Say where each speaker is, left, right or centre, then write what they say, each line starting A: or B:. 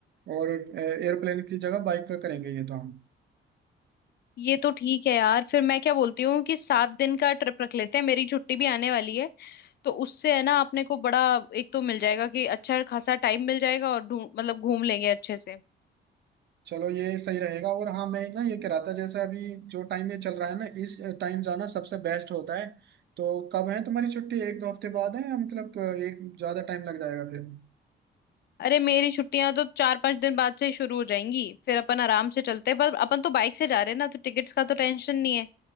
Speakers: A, on the right; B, on the left.
A: और एयरप्लेन की जगह बाइक का करेंगे ये तो हम
B: ये तो ठीक है यार फिर मैं क्या बोलती हूँ कि सात दिन का ट्रिप रख लेते हैं मेरी छुट्टी भी आने वाली है तो उससे है ना अपने को बड़ा एक तो मिल जाएगा कि अच्छा खासा टाइम मिल जाएगा और ढूंढ मतलब घूम लेंगे अच्छे से
A: चलो ये सही रहेगा और हाँ मैं ना ये कह रहा था जैसे अभी जो टाइम ये चल रहा है ना इस टाइम जाना सबसे बेस्ट होता है तो कब है तुम्हारी छुट्टी एक दो हफ्ते बाद है या मतलब एक ज्यादा टाइम लग जाएगा फिर
B: अरे मेरी छुट्टियां तो चार पांच दिन बाद से ही शुरू हो जाएंगी फिर अपन आराम से चलते हैं पर अपन तो बाइक से जा रहे हैं ना तो टिकट्स का तो टेंशन नहीं